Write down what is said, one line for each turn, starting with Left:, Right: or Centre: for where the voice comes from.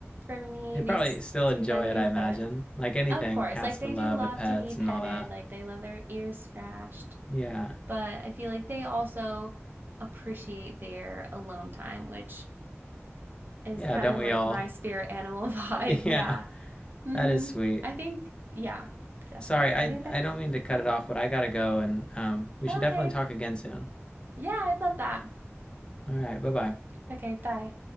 Right: from me,
Left: They probably
Right: these
Left: still
Right: two
Left: enjoy
Right: bunnies,
Left: it, I imagine.
Right: but
Left: Like anything
Right: Of course,
Left: has
Right: like they
Left: to love
Right: do love
Left: the pets
Right: to be petted,
Left: and all that.
Right: like they love their ears scratched,
Left: Yeah.
Right: but I feel like they also appreciate their alone time, which is
Left: Yeah,
Right: kind
Left: don't
Right: of
Left: we
Right: like
Left: all?
Right: my spirit animal <laughs> vibe.
Left: <laughs>
Right: Yeah.
Left: Yeah,
Right: Mm-hmm.
Left: that is sweet.
Right: I think, yeah, definitely.
Left: Sorry, I
Right: I think that's,
Left: I don't mean to cut
Right: oh,
Left: it off, but I gotta go, and um, we
Right: okay.
Left: should definitely talk again soon.
Right: Yeah, I love that.
Left: All right, bye bye.
Right: Okay, bye.